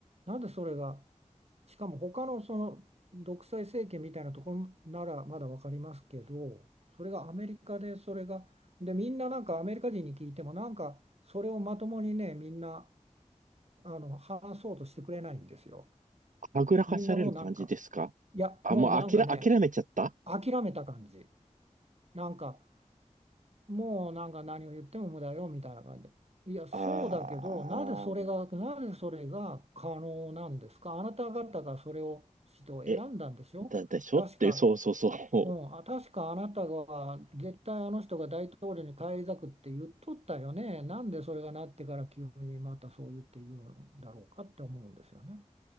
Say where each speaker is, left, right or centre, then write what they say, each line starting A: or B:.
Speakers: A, on the right; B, on the right.
A: なんでそれがしかも他のその独裁政権みたいなところならまだ分かりますけどそれがアメリカでそれがでみんななんかアメリカ人に聞いてもなんかそれをまともにねみんなあの話そうとしてくれないんですよ。
B: はぐらかされる感じですか
A: みんなもうなんかいやもうなんかね
B: あ、もうあきら、諦めちゃった
A: 諦めた感じ。なんかもうなんか何を言っても無駄よみたいな感じで。いや、そうだけど、
B: ああー、
A: なぜそれが、なぜそれが可能なんですかあなた方がそれを、人を選んだんでしょ確か、
B: え、だでしょって、そうそうそう。
A: うん、あ、確かあなたが絶対あの人が大統領に返り咲くって言っとったよね。なんでそれがなってから急にまたそう言って言うんだろうかって思うんですよね。